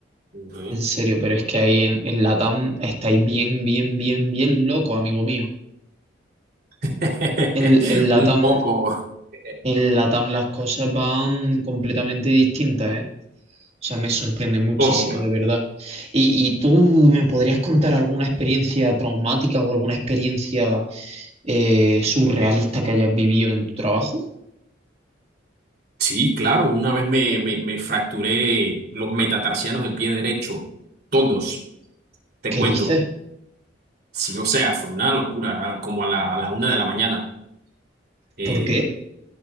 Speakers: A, on the right (about 55°); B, on the right (about 35°).
A: Ujú.
B: En serio, pero es que ahí en, en Latam estáis bien, bien, bien, bien loco, amigo mío.
A: <laughs>
B: En, en Latam,
A: Un poco. <laughs>
B: en Latam las cosas van completamente distintas, ¿eh? sea, me sorprende muchísimo,
A: Oh, claro.
B: de verdad. ¿Y, y tú me podrías contar alguna experiencia traumática o alguna experiencia eh, surrealista que hayas vivido en tu trabajo?
A: Sí, claro, una vez me, me, me fracturé los metatarsianos del pie derecho, todos, te
B: ¿Qué
A: cuento.
B: dices?
A: Sí, o sea, fue una locura, a- como a la, a la una de la mañana. Eh,
B: ¿Por qué?